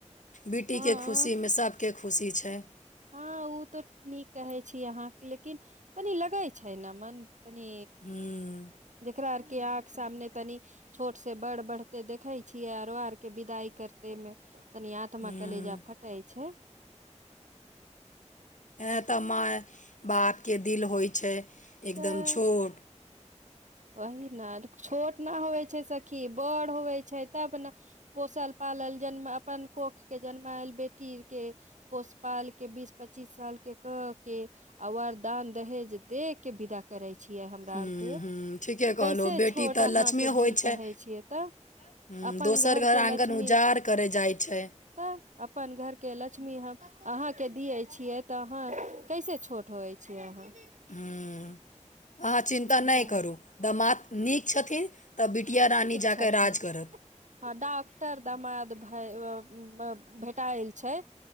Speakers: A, on the left; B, on the right.
A: बेटीके
B: हँ
A: खुशीमे सभके खुशी छै <unintelligible>
B: हँ उ तऽ नीक कहे छी अहाँ लेकिन तनी लगै छैय न मन तनी
A: ह्म्म
B: जेकरा अर के आँख सामने तनि छोट से बड़ बढ़ते देखे छियै आरो आर के विदाई करते मे तनि आत्मा
A: ह्म्म
B: कलेजा फटई छैय
A: यै त माय बापके दिल होय छैय एकदम
B: तऽ
A: छोट
B: वही न छोट न होवै छै सखी बड़ होवै छै तब न पोषल पालन जन्म अपन कोख के जन्मायल बेटी के पोषपाल के बीस पच्चीस साल के कर कऽ के वर दान दहेज दे के विदा करै छियै हमरा
A: ह्म्म
B: अर के
A: ह्म्म ठीके
B: तऽ
A: कहलहु
B: कैसे
A: बेटी
B: छोट
A: तऽ
B: अहाँके
A: लक्ष्मी
B: दिल
A: होइ छै
B: कहै छियै तऽ
A: ह्म्म
B: अपन
A: दोसर
B: घर के
A: आङ्गन
B: लछमी
A: उजाड़ करय जाइ छै
B: तऽ अपन घर के लछमी हम अहाँके दियै छियै तऽ अहाँ कैसे छोट होय छियै अहाँ
A: ह्म्म अहाँ चिन्ता
B: गुलाबी
A: नहि करू दामाद नीक छथिन तऽ बिटिया रानी जा
B: छथिन
A: कऽ राज करत
B: हँ डॉक्टर दमाद भै ओ भेटायल छै